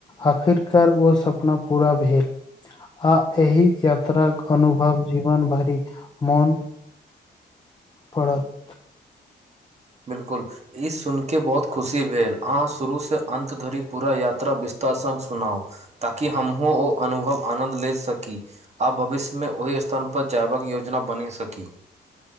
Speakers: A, on the left; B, on the right.
A: आखिरकार ओ सपना पूरा भेल आ एहि यात्रा क अनुभव जीवन भारी मन पड़त
B: बिलकुल ई सुनि के बहुत खुशी भेल अहाँ शुरूसँ अन्त धरि पूरा यात्रा विस्तार सङ्ग सुनाउ ताकि हमहूँ ओ अनुभव आनन्द ले सकी आ भविष्य मेंओहि स्थानपर जयबाक योजना बनि सकी